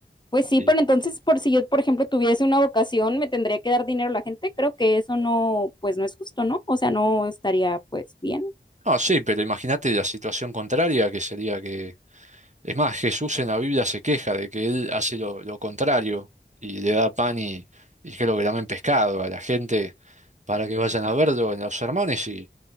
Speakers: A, on the left; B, on the right.
A: Pues sí,
B: Sí.
A: pero entonces, por si yo, por ejemplo, tuviese una vocación, me tendría que dar dinero a la gente. Creo que eso no, pues no es justo, ¿no? O sea, no estaría, pues, bien.
B: No, sí, pero imagínate la situación contraria que sería que, es más, Jesús en la Biblia se queja de que él hace lo, lo contrario y le da pan y, y creo que también pescado a la gente para que vayan a verlo en los sermones Y